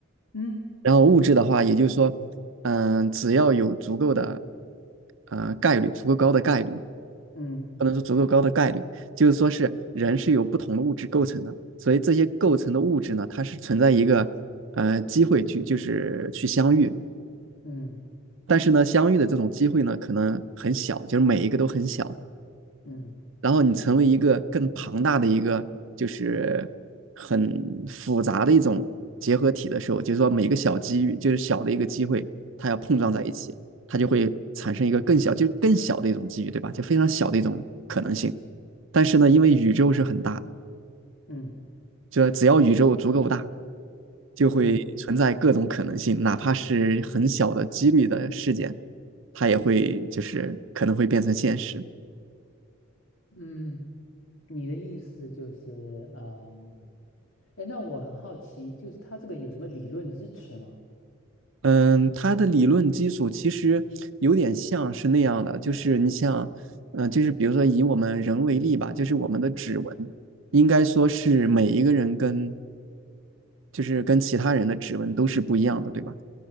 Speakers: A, on the left; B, on the right.
A: 嗯
B: 然后物质的话，也就是说，嗯、只要有足够的呃概率，足够高的概率，
A: 嗯
B: 不能说足够高的概率，就是说是人是由不同的物质构成的，所以这些构成的物质呢，它是存在一个呃机会去就是去相遇，
A: 嗯
B: 但是呢，相遇的这种机会呢，可能很小，就是每一个都很小，
A: 嗯
B: 然后你成为一个更庞大的一个，就是很复杂的一种结合体的时候，就是说每个小机遇，就是小的一个机会，它要碰撞在一起，
A: 嗯
B: 它就会产生一个更小，就更小的一种机遇，对吧？就非常小的一种可能性。但是呢，因为宇宙是很大的，
A: 嗯嗯
B: 就只要宇宙足够大，就会存在各种可能性，
A: 嗯。
B: 哪怕是很小的几率的事件，它也会就是可能会变成现实。
A: 嗯你的意思就是，嗯，哎，那我很好奇，就是他这个有什么理论支持吗？
B: 嗯，它的理论基础其实有点像是那样的，就是你像，嗯，就是比如说以我们人为例吧，就是我们的指纹，
A: 嗯，
B: 应该说是每一个人跟就是跟其他人的指纹都是不一样的，对吧？